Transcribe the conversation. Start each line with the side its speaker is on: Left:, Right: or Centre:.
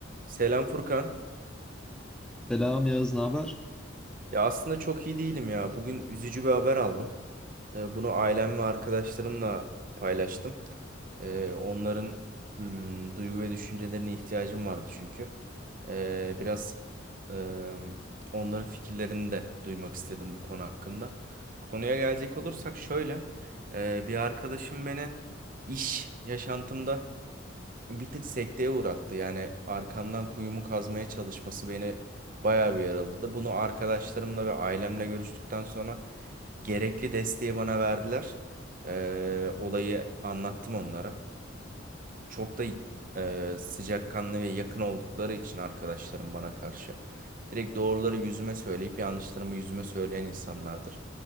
Right: Selam Furkan.
Centre: Selam Yağız, ne haber?
Right: Ya aslında çok iyi değilim ya. Bugün üzücü bir haber aldım. Ee, bunu ailem ve arkadaşlarımla paylaştım. Ee, onların mm, duygu ve düşüncelerine ihtiyacım vardı çünkü. Ee, biraz e, onların fikirlerini de duymak istedim bu konu hakkında. Konuya gelecek olursak şöyle. e, bir arkadaşım beni iş yaşantımda bir tık sekteye uğrattı. Yani arkamdan kuyumu kazmaya çalışması beni bayağı bir yaraladı. Bunu arkadaşlarımla ve ailemle görüştükten sonra gerekli desteği bana verdiler. Ee, olayı anlattım onlara çok da e, sıcakkanlı ve yakın oldukları için arkadaşlarım bana karşı direkt doğruları yüzüme söyleyip yanlışlarımı yüzüme söyleyen insanlardır.